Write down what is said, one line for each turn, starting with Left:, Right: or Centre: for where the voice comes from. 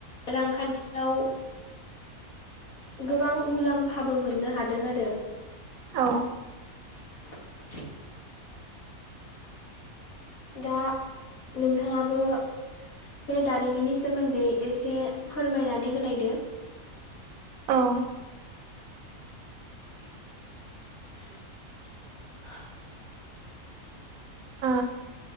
Left: रांखान्थियाव गोबां मुलाम्फाबो मोननो हादों आरो
Right: औ
Left: <unintelligible> दा नोंथाङाबो बे दारिमिननि सोमोन्दै एसे फोरमायनानै होलायदो।
Right: ओ
Left: <unintelligible>
Right: ओ